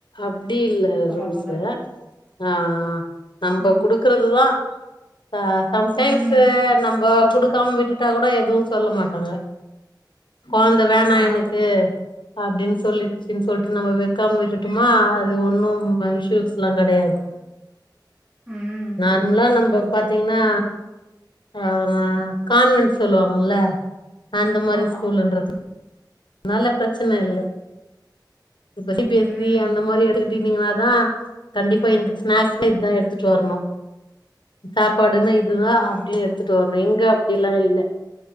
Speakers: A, on the left; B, on the right.
A: அப்டி இல்ல
B: பரவால்ல.
A: ரூல்ஸ்சு அ ஆ நம்ப
B: ம்.
A: குடுக்றதுதா ச சம்டைம்ஸ்சு
B: ம்.
A: நம்ப குடுக்காம விட்டுட்டா கூட எதுவு சொல்ல மாட்டாங்க கொழந்த வேணா
B: ஆ.
A: எனக்கு அப்டின் சொ சொல்லிட்ச்சின் சொல்ட்டு நம்ம வெக்காம விட்டுட்டோமா அது ஒன்னும் இஷூயூஸ்லாங் கெடையாது
B: ம்.
A: நார்ம்லா நம்பப் பாத்திங்னா அ கான்வென்ட் சொல்லுவாங்கல்ல அந்த மாரி
B: ஆமா.
A: ஸ்கூலுன்றத் னால பிரச்சன இல்ல இப்ப சி பி எஸ்
B: ம்.
A: சி அந்த மாரி <unintelligible> நீங்களாதா கண்டிப்பா இந்த ஸ்நாக்ஸ்னா இத்தா எட்த்துட்டு வர்ணு சாப்பாடுன்னா இதுதா
B: ஆ.
A: அப்டின் எடுத்துட்டு வர்ணு இங்க அப்டிலா இல்ல